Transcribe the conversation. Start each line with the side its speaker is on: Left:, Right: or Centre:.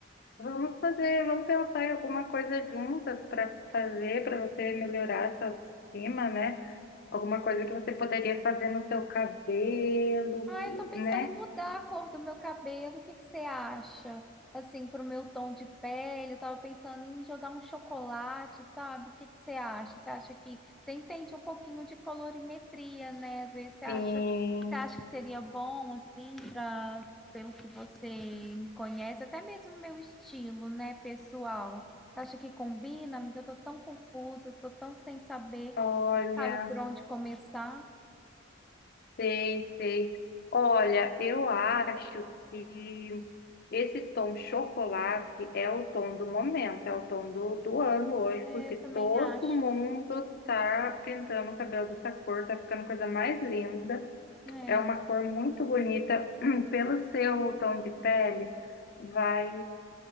Left: vamos fazer, vamos pensar em alguma coisa juntas para fazer, para você melhorar sua autoestima, né? Alguma coisa que você poderia fazer no seu cabelo,
Centre: Ah, eu tô pensando
Left: né?
Centre: em mudar a cor do meu cabelo. O que que você acha? Assim, pro meu tom de pele, eu tava pensando em jogar um chocolate, sabe? O que que você acha? Você acha que você entende um pouquinho de colorimetria, né? Às vezes você acha,
Left: Sim,
Centre: você acha que seria bom assim para pelo que você me conhece, até mesmo meu estilo, né, pessoal? Você acha que combina, amiga? Eu tô tão confusa, tô tão sem saber,
Left: olha.
Centre: sabe, por onde começar.
Left: Sei, sei. Olha, eu acho que esse tom chocolate é o tom do momento, é o tom do, do ano hoje,
Centre: É,
Left: porque
Centre: eu também
Left: todo
Centre: acho,
Left: mundo
Centre: né?
Left: tá pintando o cabelo dessa cor, tá ficando coisa mais linda.
Centre: É.
Left: É uma cor muito bonita. <clears throat> Pelo seu tom de pele, vai.